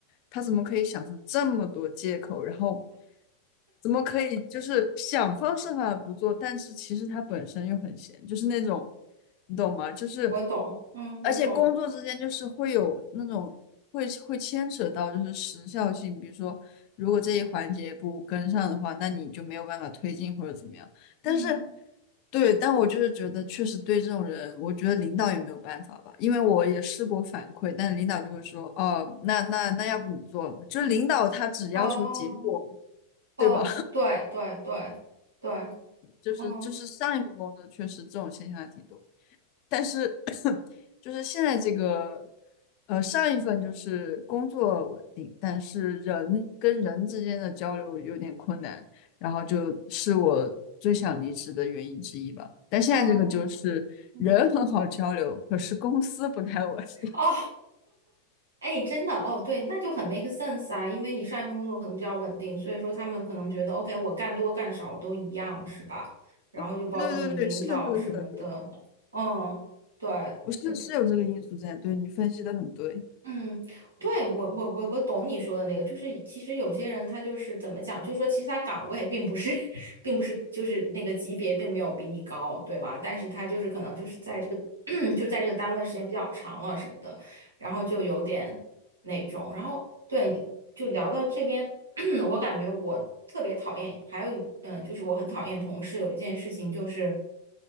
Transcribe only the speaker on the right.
我懂，嗯，我懂，
嗯，
哦，哦，
对对对对，
哦
哦，嗯，
哦，哎，真的，哦，对，那就很 make sense 啊，因为你上一份工作可能比较稳定，所以说他们可能觉得，OK，我干多干少我都一样，是吧？然后就包括你领导什么的，
嗯，对。
呃
嗯，对，我我我我懂你说的那个，就是其实有些人他就是怎么讲，就是说其实他岗位并不是，<laughs> 并不是就是那个级别并没有比你高，对吗？但是他就是可能就是在这个 <clears throat> 就在这个单位时间比较长了什么的，然后就有点那种，然后对你就聊到这边，<clears throat> 我感觉我特别讨厌，还有一嗯、呃就是我很讨厌同事有一件事情就是